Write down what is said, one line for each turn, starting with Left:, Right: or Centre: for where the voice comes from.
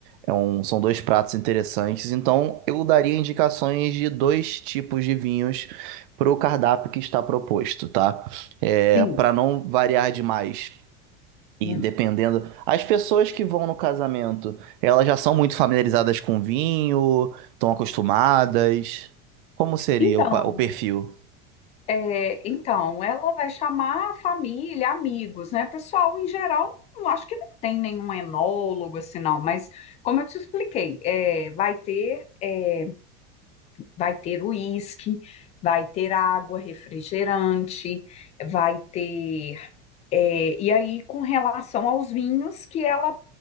Right: é um- são dois pratos interessantes. Então, eu daria indicações de dois tipos de vinhos para o cardápio que está proposto, tá? É,
Left: sim.
Right: para não variar demais. E
Left: Hum.
Right: dependendo. As pessoas que vão no casamento, elas já são muito familiarizadas com vinho, estão acostumadas. Como seria
Left: Então,
Right: o, pa- o perfil?
Left: é, então, ela vai chamar a família, amigos, né? Pessoal, em geral, não- acho que não tem nenhum enólogo assim, não, mas como eu te expliquei, é, vai ter. é, Vai ter uísque, vai ter água, refrigerante, vai ter. é, e aí, com relação aos vinhos, que ela